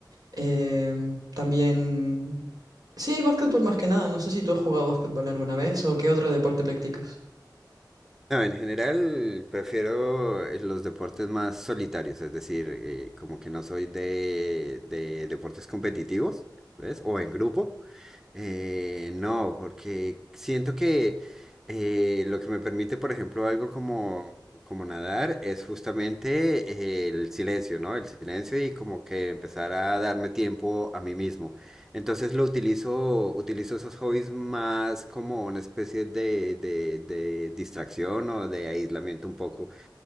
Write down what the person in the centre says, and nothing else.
No, en general prefiero eh, los deportes más solitarios, es decir, eh, como que no soy de, de deportes competitivos, ¿ves? O en grupo. Eh, no, porque siento que eh, lo que me permite, por ejemplo, algo como, como nadar es justamente eh, el silencio, ¿no? El silencio y como que empezar a darme tiempo a mí mismo. Entonces lo utilizo, utilizo esos hobbies más como una especie de, de- de distracción o de aislamiento un poco.